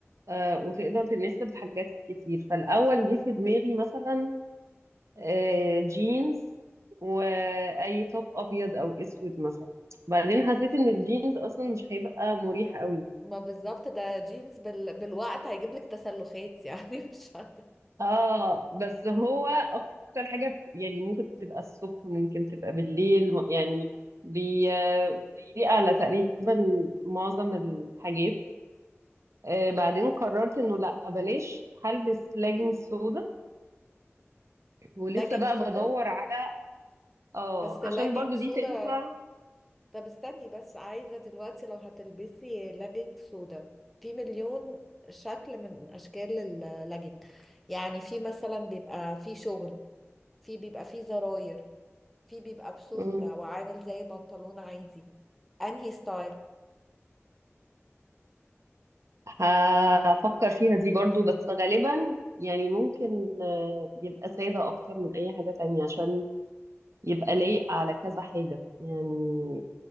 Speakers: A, on the right; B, in the centre.
A: آه، وتقدر تناسب حاجات كتير فالاول جه في دماغي مثلا آه، جينز واي توب ابيض او اسود مثلا بعدين حسيت ان الجينز اصلا مش هيبقى مريح قوي
B: ما بالظبط ده جينز بال... بالوقت هيجيب لك تسلخات يعني <laughs> مش عارفه
A: اه بس هو اكتر حاجه ب- يعني ممكن تبقى الصبح ممكن تبقى بالليل م- يعني بي بيليق على تقريبا معظم الحاجات آه بعدين قررت انه لا بلاش هلبس لاجينج سودا ولسه
B: لاجينج
A: بقى
B: سودا
A: بدور على اه
B: بس
A: عشان
B: لاجينج
A: برضو
B: سودا
A: دي تنفع
B: طب استني بس عايزة دلوقتي لو هتلبسي لاجينج سودا في مليون شكل من أشكال اللاجينج يعني في مثلا بيبقى فيه شغل في بيبقى فيه زراير في بيبقى بسوستة
A: مم.
B: وعامل زي بنطلون عادي أنهي ستايل
A: هفكر فيها دي برضو بس غالبا يعني ممكن آه، يبقى سادة أكتر من أي حاجة تانية عشان يبقى لايق على كذا حاجة يعني